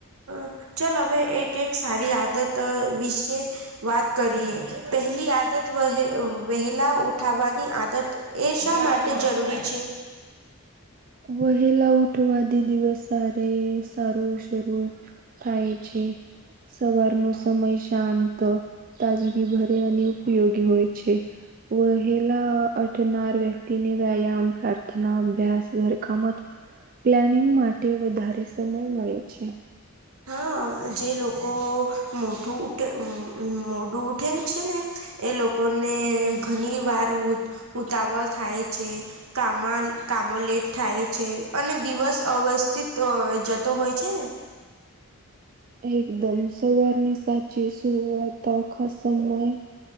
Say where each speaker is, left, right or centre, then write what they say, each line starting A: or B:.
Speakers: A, on the right (about 70°); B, on the right (about 40°).
A: અ ચાલ હવે એક એક સારી આદત વિશે વાત કરીએ પહેલી આદત વ વહેલા ઉઠવવાની આદત એ શા માટે જરૂરી છે?
B: વહેલા ઉઠવા આ થી દિવસ સારે સારું શરૂ થાય છે સવારનો સમય શાંત તાજગી ભર્યોઅને ઉપયોગી હોય છે. વહેલા ઉઠનાર વ્યક્તિને વ્યાયામ, પ્રાર્થના, અભ્યાસ ઘરકામ અથવા પ્લાનિંગ માટે વધારે સમય મળે છે.
A: હા જે લોકો મોડું ઉઠે મોડું ઉઠેલ છે ને એ લોકોને ઘણી વાર ઉ ઉતાવળ થાય છે.. કામમાં કામો લેટ થાય છે અને દિવસ અવ્યવસ્થિત જતો હોય છે ને
B: એકદમ સવારની સાચી શરૂઆત આખા સમય